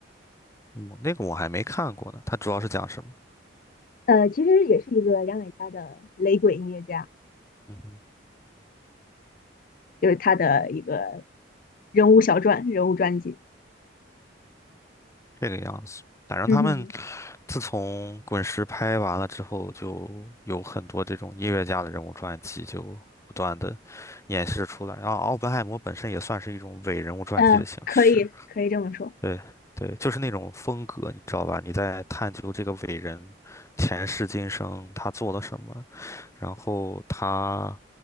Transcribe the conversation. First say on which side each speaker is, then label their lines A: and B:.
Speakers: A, on the left; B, on the left.
A: 我那个我还没看过呢，它主要是讲什么？
B: 呃，其实也是一个牙买加的雷鬼音乐家，
A: 嗯哼，
B: 就是他的一个人物小传、人物传记，
A: 这个样子。反正他们
B: 嗯哼。
A: 自从滚石拍完了之后，就有很多这种音乐家的人物传记，就不断的演示出来。然后奥本海默本身也算是一种伪人物传记的形式，
B: 嗯，可以，可以这么说。
A: 对对，就是那种风格，你知道吧？你在探究这个伟人前世今生，他做了什么，然后他。